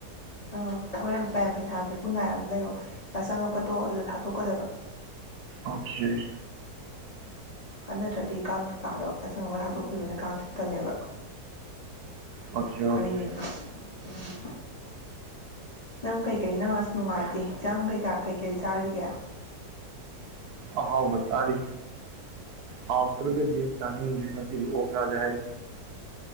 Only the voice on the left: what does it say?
ꯑꯥ ꯍꯣꯔꯦꯟ ꯂꯨꯄꯥ ꯌꯥꯡꯈꯩ ꯊꯥꯛ꯭ꯔꯦ ꯀꯨꯟ ꯅꯥꯏꯔ ꯑꯃ ꯂꯩꯕꯣ ꯌꯥ ꯆꯪꯉꯛꯄꯗꯣ ꯑꯗꯨꯗ ꯊꯥꯗꯣꯛꯀꯗꯕ
ꯑꯗꯨ ꯅꯠꯇ꯭ꯔꯗꯤ ꯀꯥꯡ ꯀꯀꯥꯗꯣ ꯑꯁꯪ ꯑꯃ ꯊꯥꯗꯣꯛꯈꯤꯕꯅ ꯀꯥꯡ ꯊꯤꯛꯇꯕꯅꯦꯕ
ꯑꯅ ꯎꯝ ꯅꯪ ꯀꯩꯀꯩ ꯅꯪ ꯑꯁ ꯅꯨꯡꯉꯥꯏꯇꯦ ꯍꯛꯆꯥꯡ ꯀꯩꯀꯥ ꯀꯩꯀꯩ ꯆꯥꯔꯤꯒꯦ